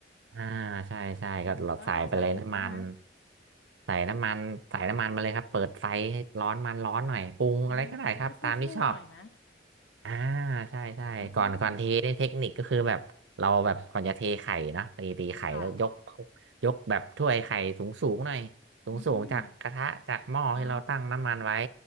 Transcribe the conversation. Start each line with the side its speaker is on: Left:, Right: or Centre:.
Right: อ่าใช่ใช่ก็เราใส่ไปเลยน้ำมัน
Left: อืมแล้วเราใส่อื่นด้วยไหม
Right: ใส่น้ำมันใส่น้ำมันมาเลยครับเปิดไฟให้ร้อนมันร้อนหน่อยปรุงอะไรก็ได้ครับตามที่ชอบ
Left: อืมจะได้ฟูฟูหน่อยไหม
Right: อ่าใช่ใช่ก่อนก่อนเทนี่เทคนิคก็คือแบบเราแบบก่อนจะเทไข่นะตีตีไข่แล้วยก
Left: อืมค่ะ
Right: ยกแบบถ้วยไข่สูงสูงหน่อยสูงสูงจากกระทะจากหม้อที่เราตั้งน้ำมันไว้
Left: อืมอ๋อ